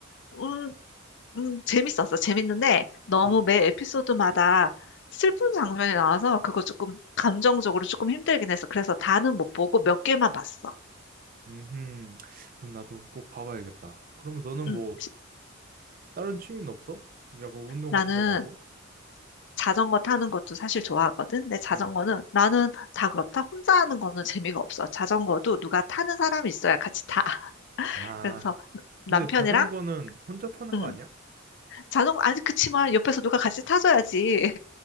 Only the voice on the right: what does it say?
응.
음, 그럼 나도 꼭 봐봐야겠다. 그러면 너는
뭐,
다른 취미는 없어? 약간 운동
같은 거 말고?
응.
아,
근데
자전거는 혼자 타는
거 아니야?